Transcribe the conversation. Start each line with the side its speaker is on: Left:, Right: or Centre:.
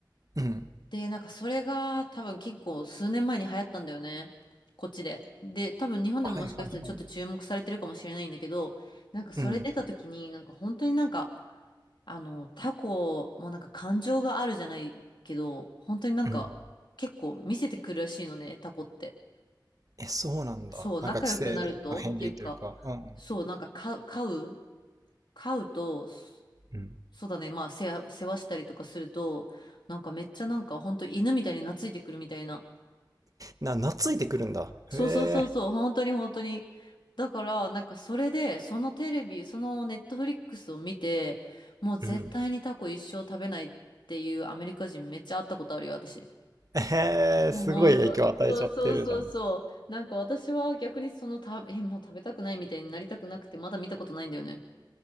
Right: うん。
Left: で、なんかそれが多分結構数年前に流行ったんだよね。こっちで。で、多分日本でももしかしたらちょっと注目されてるかもしれないんだけど、
Right: はいはいはい。
Left: なんかそれ出た時に、
Right: うん。
Left: なんか本当になんか、あの、タコもなんか感情があるじゃないけど、本当になんか結構見せてくるらしいのね、
Right: うん。
Left: タコって。
Right: え、そうなんだ。
Left: そう、仲良くなるとっていうか、
Right: なんか知性の片鱗というか。うん。
Left: そう、なんか飼う、飼う、飼うと、そ
Right: うん。
Left: そうだね、まあ世話、世話したりとかすると、なんかめっちゃなんか本当犬みたいに懐いてくるみたいな。
Right: な、懐いてくるんだ。
Left: そうそうそうそう、
Right: へ
Left: 本当に本当に。だから、なんかそれで、そのテレビ、そのネットフリックスを見て、もう絶対にタコ一生食べないっていうアメリカ人めっちゃ会ったことあるよ、
Right: え。うん。
Left: 私。
Right: えー、
Left: もう本当。
Right: すごい影響与えちゃってるじゃん。
Left: そうそうそうそう。なんか私は逆にそのた、え、もう食べたくないみたいになりたくなくて、まだ見たことないんだよね。